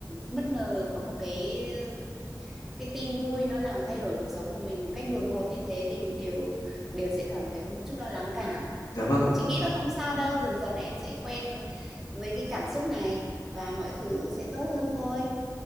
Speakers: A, in the centre; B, on the left.
A: bất ngờ có một cái ừm, cái tin vui nó làm thay đổi cuộc sống của mình một cách đột ngột như thế thì mình đều đều sẽ cảm thấy có một chút lo lắng cả
B: Dạ
A: nhưng
B: vâng
A: mà không
B: ạ.
A: chị nghĩ là không sao đâu dần dần là em sẽ quen với, với cái cảm xúc này và mọi thứ sẽ tốt hơn thôi